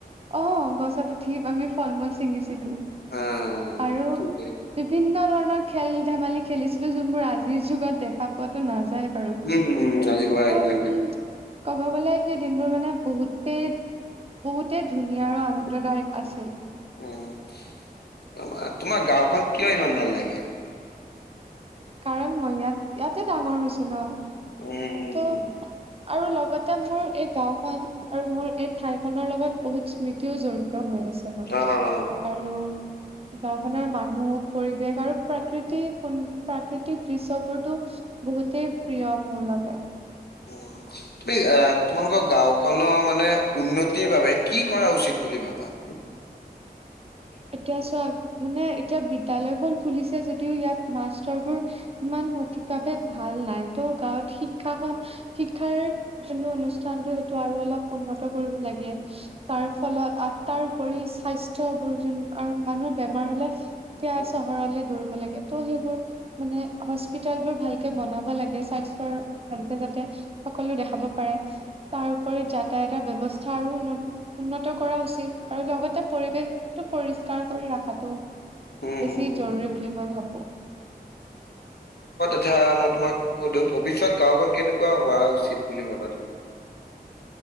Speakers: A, on the right; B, on the left.
A: অ', গছত উঠি আমি ফল মূল ছিঙিছিলোঁ।
B: অ'
A: আৰু
B: ঠিকে।
A: বিভিন্ন ধৰণৰ খেল ধেমালি খেলিছিলোঁ যোনবোৰ আজিৰ যুগত দেখা পোৱাতো নাযা নাযায় বাৰু
B: উম, উম, আজিকবা এইবিলাক
A: আৰু
B: দেখা পাই।
A: ক'ব গ'লে সেই দিনবোৰ মানে বহুতেই বহুতে ধুনীয়া আৰু আনন্দদায়ক আছিল।
B: অ', ত' তোমাৰ গাঁওখন কিয় ইমান ভাল লাগে? <inaudible>
A: কাৰণ মই ইয়াত ইয়াতে ডাঙৰ হৈছো ন'
B: উম, উম,
A: ত'
B: উম, উম।
A: আৰু লগত এতিয়া মোৰ এই গাঁও খন আৰু মোৰ এই ঠাই খনৰ লগত বহুত স্মৃতিও জড়িত হৈ আছে। ন'
B: অ'।
A: আৰু। গাঁওখনৰ মানুহ পৰিৱেশ আৰু প্ৰাকৃতিু প্ৰাকৃতিক দৃশ্যবোৰতো বহুতেই প্ৰিয় মোৰ বাবে।
B: উম, তুমি এ তোমালোকৰ গাঁওখনৰ মানে উন্নতিৰ বাবে কি কৰা উচিত বুলি ভাবা? <inaudible>
A: এতিয়া চোৱা মানে এতিয়া বিদ্যয়ালয়খন খুলিছে যদিও ইয়াত মাষ্টৰবোৰ ইমান সঠিক ভাৱে ভাল নাই। ত' গাঁৱত শিক্ষা খন শিক্ষাৰ যোনটো অনুষ্ঠানটো সেইটো আৰু অলপ উন্নত কৰিব লাগে। তাৰ ফলত তাৰ উপৰি স্বাস্থ্যয় বোৰজন আৰু মানুহৰ বেমাৰ হলে এতিয়া
B: উম,
A: চহৰলে দৌৰিব লাগে ত' সেইবোৰ মানে হস্পিতালবোৰ ভালকে বনাব লাগে স্বাস্থ্যৰ ভালকে যাতে সকলো দেখাব পাৰে তাৰ উপৰি যাতায়াতৰ ব্যৱস্থা আৰু উন্ন উন্নত কৰা উচিত আৰু লগতে পৰিৱেশটো পৰিষ্কাৰ কৰি ৰখাটো।
B: হুম,
A: বেছি
B: হুম।
A: জৰুৰী বুলি মই ভাবোঁ।
B: কথা মই তোমাক সুধো ভৱিষ্যয়ত গাঁওখন কেনেকুৱা হোৱা উচিত বুলি ভবা তুমি?